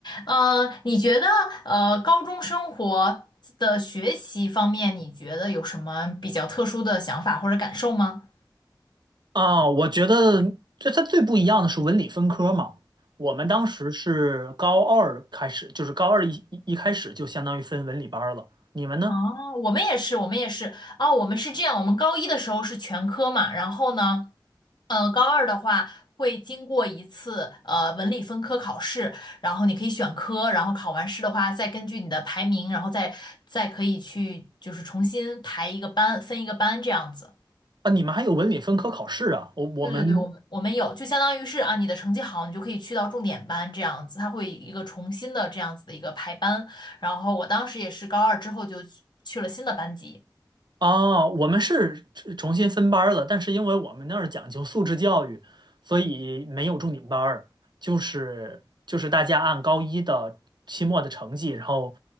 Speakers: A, on the left; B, on the right.
A: 嗯，你觉得呃，高中生活的学习方面，你觉得有什么比较特殊的想法或者感受吗？
B: 啊，我觉得最它最不一样的是文理分科嘛。我们当时是高二开始，就是高二一一一开始就相当于分文理班儿了。你们呢？
A: 哦，我们也是，我们也是，哦，我们是这样，我们高一的时候是全科嘛，然后呢，呃，高二的话会经过一次呃文理分科考试，然后你可以选科，然后考完试的话，再根据你的排名，然后再再可以去就是重新排一个班，分一个班这样子。
B: 啊，你们还有文理分科考试啊？我我们
A: 对对对，我们我们有，就相当于是啊，你的成绩好，你就可以去到重点班这样子，它会一个重新的这样子的一个排班。然后我当时也是高二之后就去去了新的班级。
B: 哦，我们是重重新分班儿了，但是因为我们那儿讲究素质教育，所以没有重点班儿，就是就是大家按高一的期末的成绩，然后